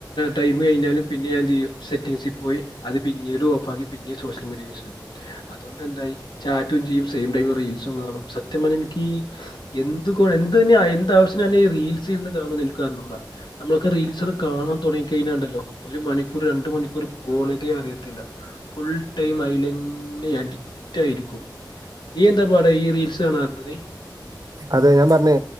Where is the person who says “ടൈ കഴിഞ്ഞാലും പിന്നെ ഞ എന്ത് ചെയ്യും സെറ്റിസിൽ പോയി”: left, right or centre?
Left